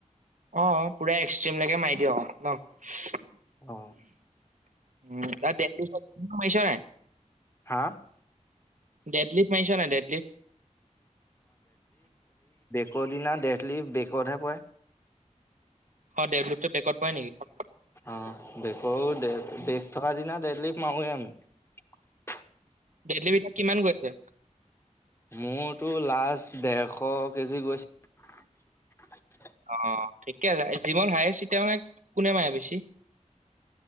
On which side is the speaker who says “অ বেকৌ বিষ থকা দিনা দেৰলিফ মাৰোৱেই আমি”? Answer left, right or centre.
Left